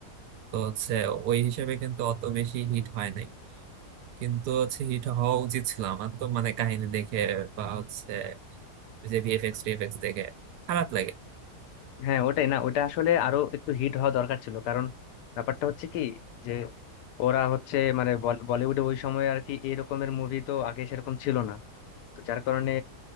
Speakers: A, on the right; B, on the left.
A: তো হচ্ছে ওই হিসেবে কিন্তু অত বেশি হিট হয় নাই কিন্তু হচ্ছে হিট হওয়া উচিত ছিল আমার তো মানে কাহিনী দেখে বা হচ্ছে যে ভিএফএক্স টিএফএক্স দেখে খারাপ লাগে
B: হ্যাঁ ওটাই না ওটা আসলে আরো একটু হিট হওয়া দরকার ছিল কারণ ব্যাপারটা হচ্ছে কি যে ওরা হচ্ছে মানে বল- বলিউডে ওই সময় আর কি এরকমের মুভি তো আগে সেরকম ছিল না তো যার কারণে